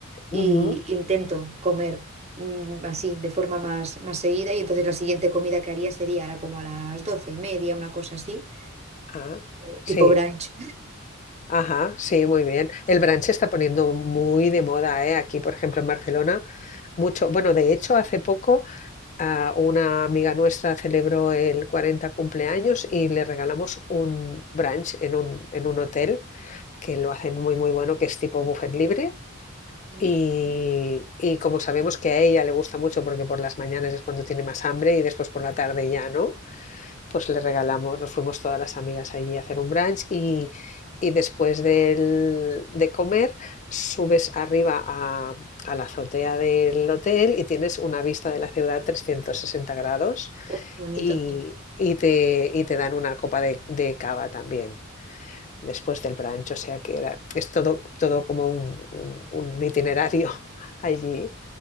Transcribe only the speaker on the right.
y
intento comer mm, así, de forma más, más seguida. Y entonces la siguiente comida que haría sería ahora como a las doce y media, una cosa así,
eh,
tipo brunch.
Mm,
oh, qué bonito.